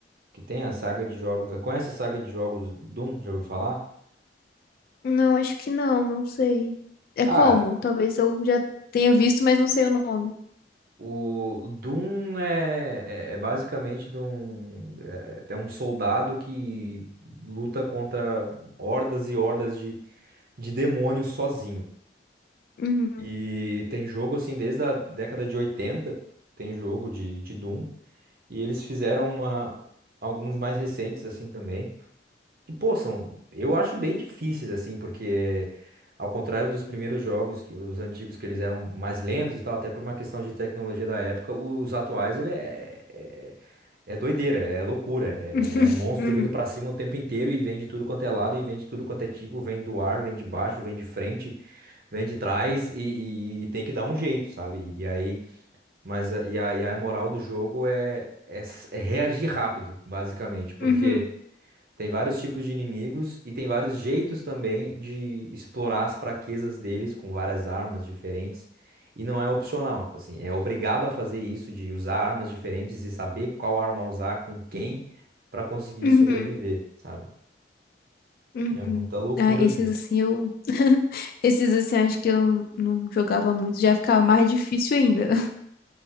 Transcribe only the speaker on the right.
que tem a saga de jogos. Conhece a saga de jogos Doom? Já ouviu falar?
Ah,
o Doom é, é, é basicamente de um, é, é um soldado que luta contra hordas e hordas de, de demônios sozinho.
E tem jogo assim desde a década de oitenta tem jogo de, de Doom. E eles fizeram uma, alguns mais recentes assim também. Que, pô, são, eu acho bem difíceis, assim, porque ao contrário dos primeiros jogos, que, os antigos, que eles eram mais lentos e tal, até por uma questão de tecnologia da época, os atuais, ele é, é, é é doideira, é loucura, é,
é é monstro
vindo pra cima o tempo inteiro e vem de tudo quanto é lado, e vem de tudo quanto é tipo, vem do ar, vem de baixo, vem de frente, vem de trás e, e- e tem que dar um jeito, sabe? E, aí, mas a- e a, e a moral do jogo é, é s- é reagir rápido, basicamente, porque.
Tem vários tipos de inimigos e tem vários jeitos também de explorar as fraquezas deles com várias armas diferentes. E não é opcional, tipo assim, é obrigado a fazer isso de usar armas diferentes e saber qual arma usar com quem para conseguir
sobreviver, sabe?
É muita loucura
mesmo.